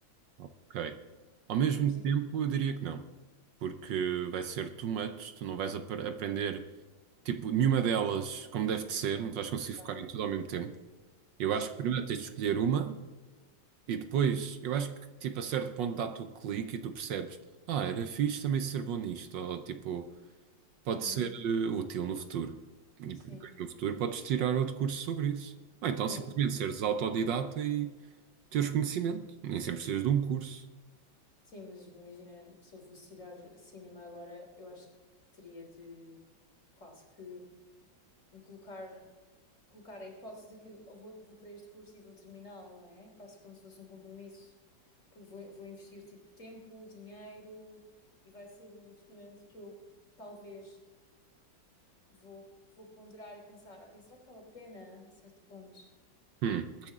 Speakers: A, on the right (about 70°); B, on the left (about 40°).
A: Ok. Ao mesmo
B: Por exemplo,
A: tempo, eu diria que não, porque vai ser too much, tu não vais ap- aprender, tipo, nenhuma delas como deve de ser, não te vais conseguir focar
B: exato.
A: em tudo ao mesmo tempo. Eu acho
B: exato.
A: que primeiro tens de escolher uma E depois, eu acho que tipo a certo ponto dá-te o clique e tu percebes, ah, era fixe também ser bom nisto, ou tipo, pode
B: Uhum,
A: ser eh, útil no futuro. E depois
B: Sim,
A: no futuro podes tirar outro curso sobre isso. Ou então
B: sim,
A: simplesmente
B: é
A: seres autodidata e teres conhecimento. Nem sempre precisas de um curso.
B: Sim, mas imagina, se eu fosse tirar cinema agora, eu acho que teria de quase que me colocar, colocar a hipótese de que eu vou, vou para este curso e vou terminá-lo, não é? Quase como se fosse um compromisso. Porque vou, vou investir tipo tempo, dinheiro e vai ser um investimento que eu talvez vou, vou ponderar e pensar, ok, será que vale a pena a certo ponto?
A: Hum.